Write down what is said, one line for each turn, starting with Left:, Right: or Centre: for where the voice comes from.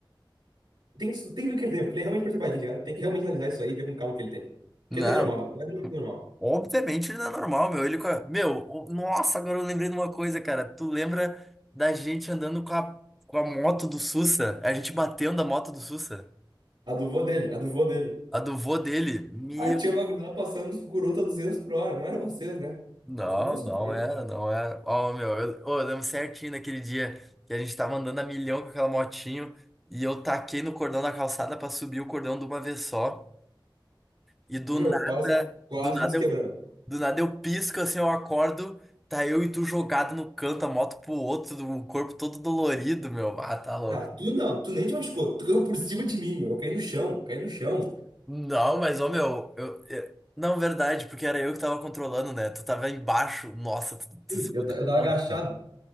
Right: tem, tem que ver o que ele tem, porque ele é realmente perturbadinho, tá ligado? Tem que realmente analisar isso aí e ver com calma o que ele tem. Porque
Centre: Não.
Right: ele não é normal, meu. Não é muito normal.
Centre: Obviamente ele não é normal, meu. Ele com a... Meu, o- nossa, agora eu lembrei de uma coisa, cara. Tu lembra da gente andando com a, com a moto do Sussa? A gente batendo a moto do Sussa?
Right: A do vô dele, a do vô dele.
Centre: A do vô dele? Meu.
Right: Aí tinha uma gurizada passando nos cucuruta a 200 por hora, não era vocês, né?
Centre: Não,
Right: Eu falei, não, sustei.
Centre: não era, não era. Ó, meu, eu, ó, eu lembro certinho daquele dia que a gente tava andando a milhão com aquela motinho e eu taquei no cordão da calçada pra subir o cordão de uma vez só. E do
Right: Meu,
Centre: nada,
Right: quase, quase
Centre: do nada
Right: nos quebramos.
Centre: eu, do nada eu pisco assim, eu acordo, tá eu e tu jogado no canto, a moto pro outro, o corpo todo dolorido, meu. Ah, tá louco.
Right: Ah, tu não, tu nem te machucou, tu caiu por cima de mim, meu, eu caí no chão, caí no chão.
Centre: Não, mas ô meu, eu, eu- não, verdade, porque era eu que tava controlando, né? Tu tava embaixo. Nossa, tu, tu
Right: Sim,
Centre: se
Right: eu,
Centre: fudeu
Right: ta- eu
Centre: um
Right: tava
Centre: monte,
Right: agachado.
Centre: cara.